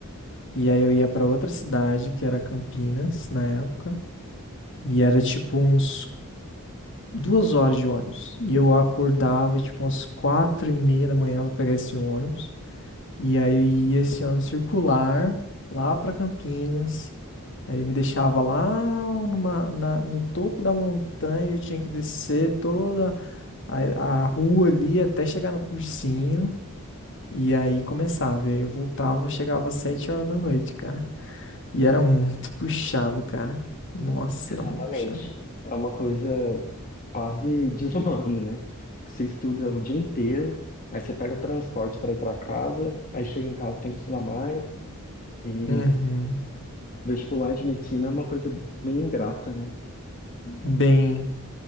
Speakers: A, on the left; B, on the left.
A: E aí eu ia pra outra cidade, que era Campinas, na época. E era tipo uns duas horas de ônibus. E eu acordava tipo umas quatro e meia da manhã pra pegar esse ônibus. E aí eu ia esse ônibus circular lá pra Campinas. Aí me deixava lá numa, na- no topo da montanha, eu tinha que descer toda a, a rua ali até chegar no cursinho. E aí começava. aí eu voltava, eu chegava às sete horas da noite, cara. E era muito <laughs> puxado, cara. Nossa,
B: Exatamente.
A: era muito puxado.
B: É uma coisa quase desumana, né? Você estuda o dia inteiro, aí você pega o transporte para ir para casa, aí chega em casa tem que estudar mais. E
A: Uhum.
B: vestibular de medicina é uma coisa bem ingrata, né?
A: Bem.